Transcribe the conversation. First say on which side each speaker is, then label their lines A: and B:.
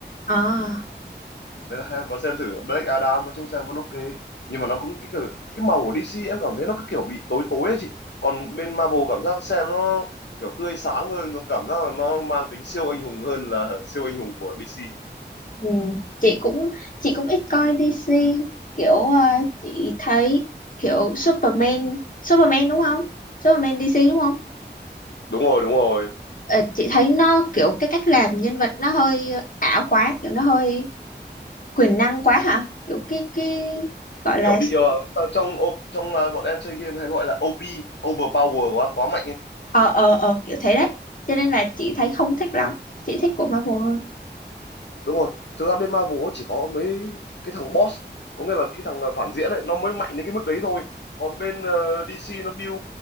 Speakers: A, on the left; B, on the left.
A: à
B: nên là hay em có xem thử Black Adam nói chung xem vẫn ok nhưng mà nó cũng cái kiểu- cái màu của DC em cảm thấy nó cứ kiểu bị tối tối ấy chị còn bên Marvel cảm giác xem nó kiểu tươi sáng hơn nó cảm giác là nó mang tính siêu anh hùng hơn là <laughs> siêu anh hùng của DC
A: Ừ. Chị cũng chị cũng ít coi DC kiểu ờ, chị thấy kiểu Superman Superman đúng không? Superman DC đúng không?
B: đúng rồi đúng rồi
A: Ờ, chị thấy nó kiểu cái cách làm nhân vật nó hơi ảo quá kiểu nó hơi quyền năng quá hả? Kiểu cái cái gọi là
B: kiểu bị ờ, sao trong ô- trong ờ, bọn em chơi game hay gọi là OP overpower quá quá mạnh ấy
A: ờ ờ ờ kiểu thế đấy cho nên là chị thấy không thích lắm chị thích của Marvel hơn
B: đúng rồi thực ra bên Marvel ấy chỉ có mấy cái thằng boss có nghĩa là cái thằng à, phản diện ấy nó mới mạnh đến cái mức đấy thôi còn bên ờ, DC nó build